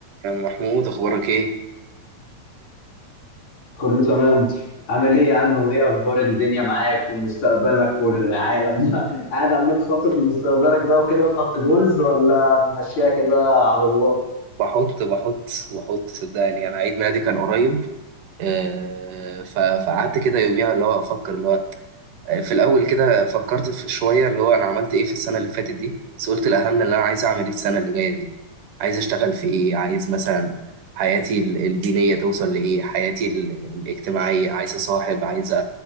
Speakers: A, on the right (about 85°); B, on the left (about 65°).
A: يا عم محمود اخبارك ايه
B: كله تمام عامل ايه يا عم وايه اخبار الدنيا معاك ومستقبلك والعالم ده <laughs> قاعد عمال تخطط لمستقبلك بقى وكده وتحط جولز ولا ماشيها كده على الله
A: بحط بحط بحط صدقني انا عيد ميلادي كان قريب آه، ف- فقعدت كده يوميها اللي هو افكر اللي هو آه، في الاول كده فكرت في شويه اللي هو انا عملت ايه في السنه اللي فاتت دي بس قلت الاهم اللي انا عايز اعمل ايه السنه اللي جايه دي عايز اشتغل في ايه عايز مثلا حياتي ال- الدينيه توصل لايه حياتي ال- الاجتماعيه عايز اصاحب عايز أ-